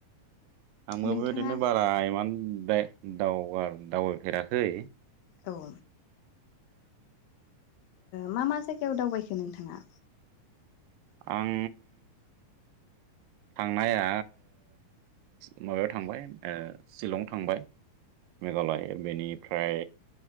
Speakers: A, on the right (about 80°); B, on the left (about 85°).
A: आंबो
B: नोंथाङा
A: बेबादिनो बारा इमान द्राय दाव दावबायफेराखै
B: औ मा मा जायगायाव दावबायखो नोंथाङा
A: आं थांनाया माबायाव थांबाय सिलं थांबाय मेघालय बेनिफ्राय